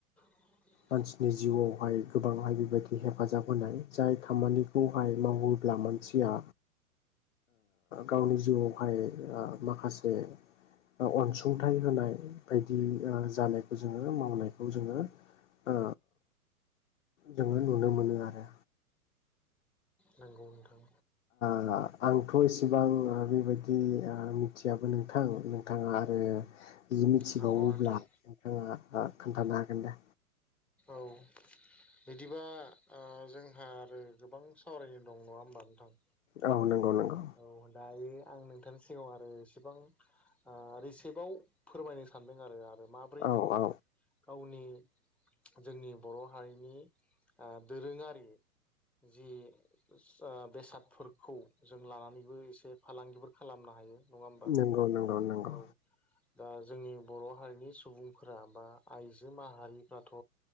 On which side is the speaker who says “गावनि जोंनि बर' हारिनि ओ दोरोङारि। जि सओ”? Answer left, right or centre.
Centre